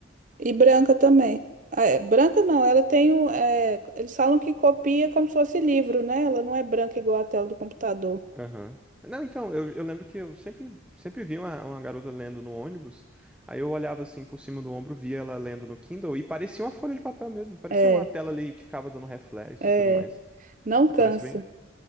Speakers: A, on the right; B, in the centre.
A: E branca também. Ah, é, branca não, ela tem um, é, eles falam que copia como se fosse livro, né? Ela não é branca igual a tela do computador.
B: Aham. Não, então, eu, eu lembro que eu sempre, sempre vi uma, uma garota lendo no ônibus. Aí eu olhava assim por cima do ombro, via ela lendo no Kindle e parecia uma folha de papel mesmo. Parecia
A: É,
B: uma tela ali que ficava dando reflexo
A: é,
B: e tudo mais.
A: não cansa.
B: Parece bem.